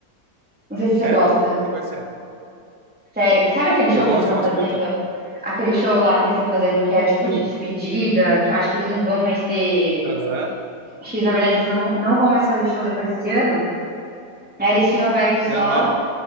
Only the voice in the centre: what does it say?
Não sei se você
gosta.
Sério, sabe aquele show
que eles estão
fazendo?
Aquele show lá que eles estão fazendo que é tipo de
despedida, que eu acho que eles não vão mais ter,
acho que na verdade eles não vão, não vão mais fazer show depois desse ano. Aí eles tinham aberto só